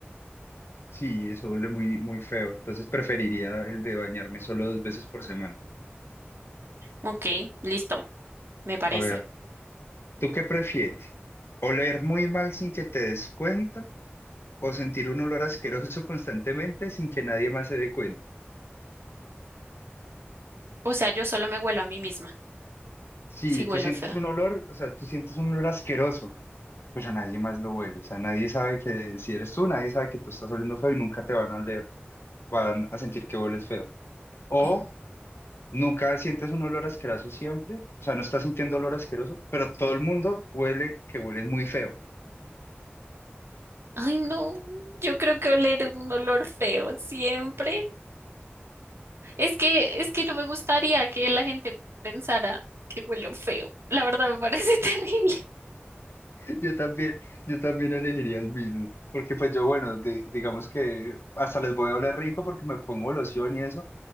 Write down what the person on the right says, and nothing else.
Ok, listo, me parece.
O sea, yo solo me huelo a mí misma,
si huelo
feo.
Oh.
Ay, no, yo creo que oler un olor feo siempre. Es que, es que no me gustaría que la gente pensara que huelo feo. La verdad me parece <laughs> terrible.